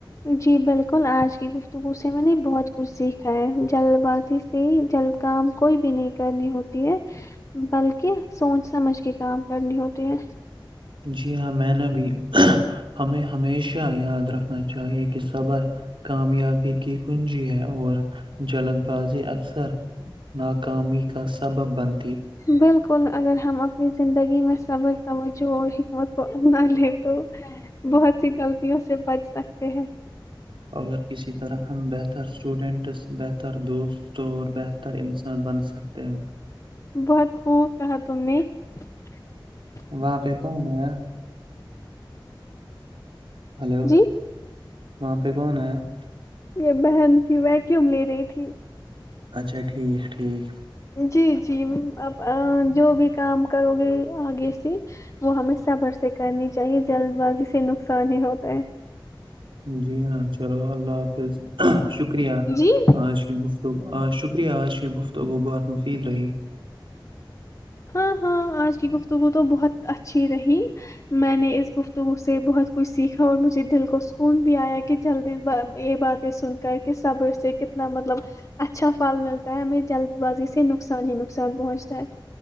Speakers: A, on the left; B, on the right.
A: جی بالکل آج کی گفتگو سے میں نے بہت کچھ سیکھا ہے جلد بازی سے جلد کام کوئی بھی نہیں کرنی ہوتی ہے بلکہ سوچ سمجھ کے کام کرنی ہوتی ہے
B: جی ہاں میں نے بھی ہمیں ہمیشہ یاد رکھنا چاہیے کہ صبر کامیابی کی کنجی ہے اور جلد بازی اکثر ناکامی کا سبب بن
A: بالکل اگر ہم اپنی زندگی میں سبر توجہ اور حکمت کو اپنا لیں تو بہت سی غلطیوں سے بچ سکتے ہیں
B: اورگر کسی طرح ہم بہتر اسٹوڈنٹس بہتر دوست اور بہتر انسان بن سکتے ہیں <unintelligible>
A: بہت خوب کہا تم نے <unintelligible>
B: وہاں پہ کون ہے <unintelligible> ہلو <unintelligible>
A: جی
B: وہاں پہ کون ہے <unintelligible>
A: یہ بہن تھی وہ کیوں لے رہی تھی <unintelligible>
B: اچھا ٹھیک ٹھیک <unintelligible>
A: جی جی اب جو بھی کام کرو گے آگے سے وہ ہمیں صفھر سے کرنی چاہیے جلد بازی سے نقصان ہی ہوتا ہے
B: جی ہاں چلو اللہ حافظ <unintelligible> ہاں <unintelligible> شکریہ
A: جی
B: آز کے مفتگ <unintelligible> آ شکریہ آز ش گفتگو بہت مفید رہیے <unintelligible>
A: ہاں ہاں آج کی گفتگو تو بہت اچھی رہی میں نے اس گفتگو سے بہت کچھ سیکھا اور مجھے دل کو سکون بھی آیا کہ جلدی یہ باتیں سن کر کہ صبر سے کتنا مطلب اچھا پھل ملتا ہے ہمیں جلد بازی سے نقصان ہی نقصان پہنچتا ہے <unintelligible>